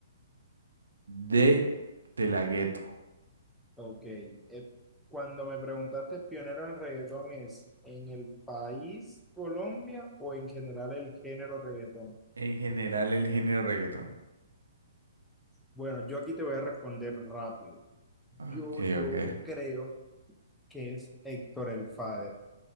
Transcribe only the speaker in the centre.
ok. Eh, cuando me preguntaste pionero en reggaetón, ¿es en el país Colombia o en general el género reggaetón?
Bueno, yo aquí te voy a responder rápido.
Yo, yo
creo que es Héctor el Father.